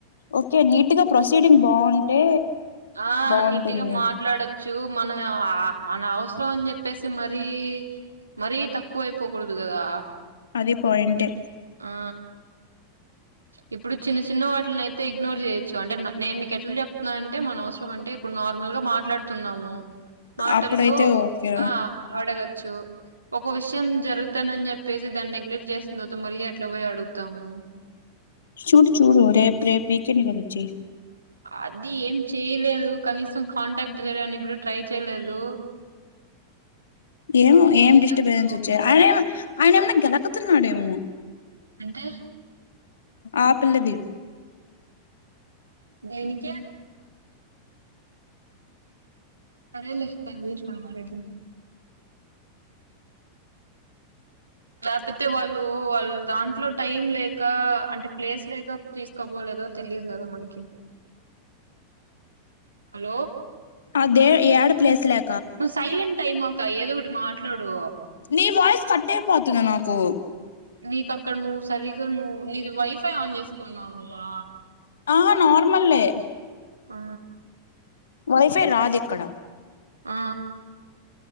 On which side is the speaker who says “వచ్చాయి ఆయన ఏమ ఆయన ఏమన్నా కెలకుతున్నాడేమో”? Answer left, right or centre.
Left